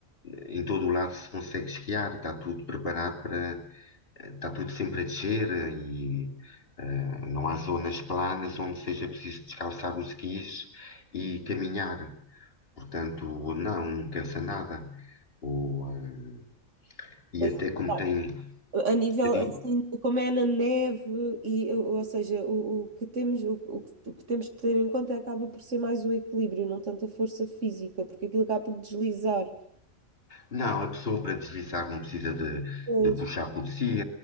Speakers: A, on the left; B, on the right.
A: em todo o lado, se consegue esquiar. Está tudo preparado para, está tudo sempre a descer eh, e eh, não há zonas planas onde seja preciso descalçar os skis e caminhar. Portanto, não, não cansa nada. O, eh, e
B: pois,
A: até como
B: claro,
A: tem,
B: a nível
A: a di-
B: assim, como é na neve, e, ou ou seja, o, o que temos, o, o que o que temos que ter em conta acaba por ser mais o equilíbrio, não tanto a força física, porque aquilo acaba por deslizar.
A: Não, a pessoa para deslizar não precisa de,
B: Pois,
A: de puxar por si,